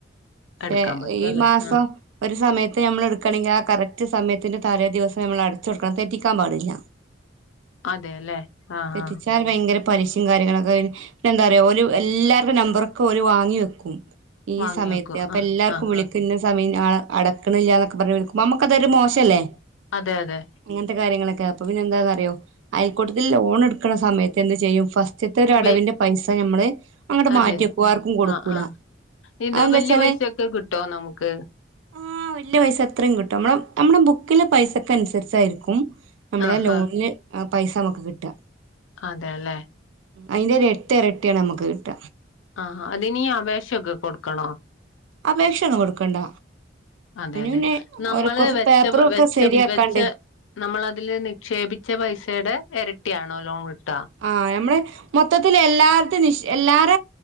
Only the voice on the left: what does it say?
എടുക്കാൻ പറ്റും
അല്ലേ
ആഹ്
അതേല്ലെ ആഹ്
ആഹ്
വാങ്ങി
വെക്കും
ആഹ്
ആഹ്
ആഹ്
അതെ അതെ
വെ
അതെ
ആഹ് ആഹ് ഇത്
വല്യ
പൈസയൊക്കെ കിട്ടോ നമുക്ക്
ആഹ്
ആഹ്
അതേല്ലേ
ആഹാ അതിനീ അപേക്ഷൊക്കെ കൊടുക്കണോ?
അതേല്ലെ
നമ്മള്
വെച്ച
വെച്ച
വെച്ച നമ്മളതില് നിക്ഷേപിച്ച പൈസയുടെ എരട്ടിയാണോ ലോൺ കിട്ട?